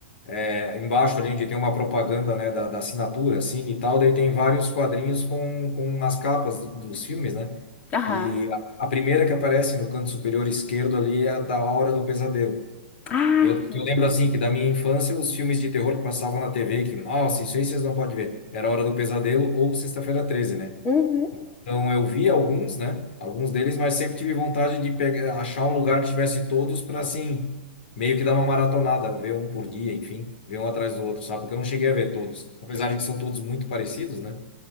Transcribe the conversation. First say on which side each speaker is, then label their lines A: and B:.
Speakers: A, on the left; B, on the left.
A: é, embaixo ali onde tem uma propaganda, né, da, da assinatura, assim, e tal, daí tem vários quadrinhos com, com as capas dos filmes, né?
B: Aham.
A: E a a primeira que aparece no canto superior esquerdo ali é a da Hora do Pesadelo.
B: Ah,
A: Eu, que
B: sim.
A: eu lembro assim que da minha infância os filmes de terror que passavam na TV, que, nossa, isso aí vocês não podem ver. Era Hora do Pesadelo ou Sexta-feira treze né?
B: Uhum.
A: Então eu vi alguns, né? Alguns deles, mas sempre tive vontade de pegar, achar um lugar que tivesse todos para assim, meio que dar uma maratonada, ver um por dia, enfim, ver um atrás do outro, sabe? Porque eu não cheguei a ver todos. Apesar de que são todos muito parecidos, né?